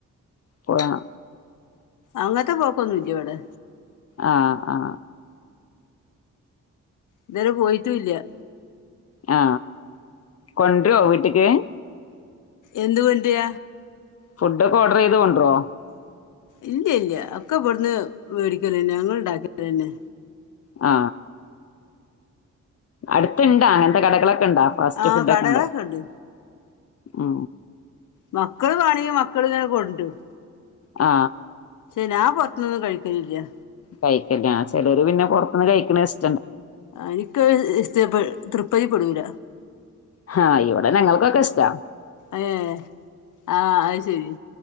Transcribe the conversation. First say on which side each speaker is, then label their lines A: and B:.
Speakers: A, on the left; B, on the left.
A: പോയാ
B: അങ്ങത്ത പോക്കൊന്നുല്ല്യാ ഇവടെ
A: ആ ആ
B: ഇതരെ പോയിട്ടുല്ല്യാ
A: ആ കൊണ്ട്രോ വീട്ട്ക്ക്?
B: എന്ത് കൊണ്ട്ര?
A: ഫുഡൊക്കേ ഓഡ്രൈത് കൊഡ്രോ?
B: ഇല്ല്യ ല്യാ ഒക്കെ ഇവിടുന്ന് മേടിക്കലന്നെ ഞങ്ങണ്ടാക്കലന്നെ.
A: ആ അടുത് ണ്ടാ അങ്ങനത്തെ കടകളൊക്കെ ണ്ടാ ഫാസ്റ്റ്
B: ആഹ്
A: ഫുഡൊക്കെ
B: കടകളൊക്കെ
A: ണ്ടോ?
B: ഉണ്ട്
A: ആ
B: മക്കള് വേണേൽ മക്കളേ കൊൻട്രും
A: ആ
B: ചനാ പൊർത്‌ന് ഒന്നും കഴിക്കൽല്യാ
A: കഴിക്കല ചേലോര് പിന്നെ പുറത്തുനിന്ന് കഴിക്ക്ണെ ഇസ്
B: അഹ് എനിക്കഹ് ഇഷ്ടപ്പെട് തൃപ്പതി പെടൂല
A: ഹാ ഇവിടെ ഞങ്ങൾക്കൊക്കെ ഇഷ്ട
B: ഏഹ് ആ അഹ്ശരി